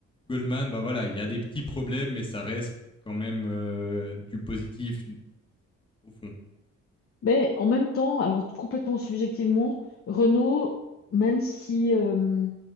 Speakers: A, on the left; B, on the left.
A: Goldman, bah voilà, il y a des petits problèmes, mais ça reste quand même euh, du positif au fond.
B: mais en même temps, alors complètement subjectivement, Renaud, même si euh,